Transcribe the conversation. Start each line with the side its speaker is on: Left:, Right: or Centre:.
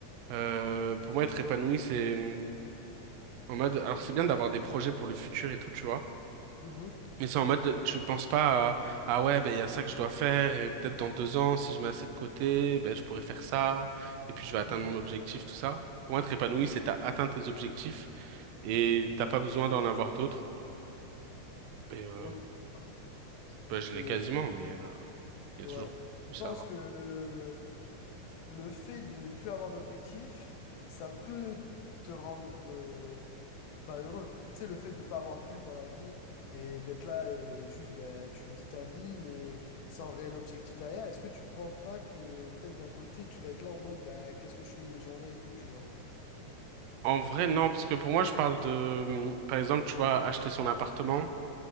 Right: euh, pour moi, être épanoui, c'est En mode, alors c'est bien d'avoir des projets pour le futur et tout, tu vois.
Left: Mhm.
Right: Mais c'est en mode, tu penses pas à, ah ouais, ben il y a ça que je dois faire et peut-être dans deux ans, si je mets assez de côté, ben je pourrais faire ça et puis je vais atteindre
Left: Mhm.
Right: mon objectif, tout ça. Pour être épanoui, c'est t'as atteint tes objectifs et t'as pas besoin d'en avoir d'autres. Et euh,
Left: Ok, d'accord.
Right: ben, je
Left: Et
Right: l'ai quasiment, mais. euh, Il y
Left: ouais,
Right: a toujours
Left: je
Right: plus
Left: pense
Right: à avoir.
Left: que le fait de ne plus avoir d'objectif, ça peut te rendre euh, pas heureux. Tu sais, le fait de pas avoir de but dans la vie et d'être là et juste ben, tu vis ta vie, mais sans réel objectif derrière, est-ce que tu penses pas que peut-être d'un côté tu vas être là en mode bah, qu'est-ce que je fais de mes journées et tout, tu vois?
Right: En vrai, non, parce que pour moi, je parle de, par exemple, tu vas acheter son appartement,